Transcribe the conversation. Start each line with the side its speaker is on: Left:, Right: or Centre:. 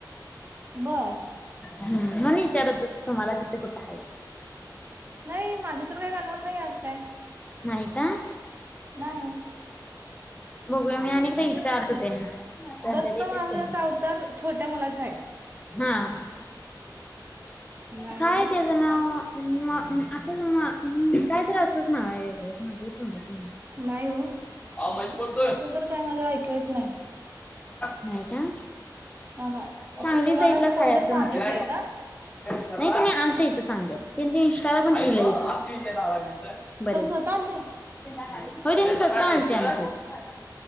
Right: बरं.
Left: हम् म्हणुन विचारत होतो तुम्हाला तिथं कुठं हायसा?
Right: नाही. माझ्या तर काही कानावर नाही आस काय.
Left: नाही का?
Right: नाही.
Left: बघूया. मी अनेकदा विचारतो त्यांना? त्यांच्या
Right: दत्त
Left: देतात
Right: महाराजांचा
Left: त्यांनी
Right: अवतार छोट्या मुलाचा हाय.
Left: हा.
Right: नाही
Left: काय
Right: हो
Left: तेज नाव? म असंच म कायतरी असंच नाव हाय वेगळंच माझ्या बी तोंडात
Right: नाही हो
Left: आ मस <unintelligible>
Right: असं तर काय माझ ऐकू येत नाही.
Left: नाही का?
Right: ह हा
Left: सांगली
Right: तुम्हाला
Left: साईडलाच
Right: असं कोणतरी
Left: हाय
Right: सांगितलंय
Left: म्हटलं.
Right: का?
Left: नाही तेनी आलतं इथं चादयात त्यांच्या इंस्टाला पण रिल हाईत बरेच.
Right: तुम्ही स्वतः आणले?
Left: होय. तेनी स्वतः आलंते आमच्याहित- -